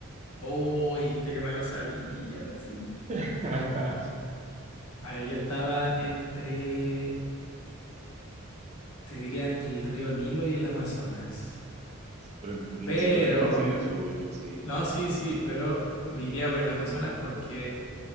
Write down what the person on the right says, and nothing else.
<laughs>
Pero necesito
que selecciones uno, sí.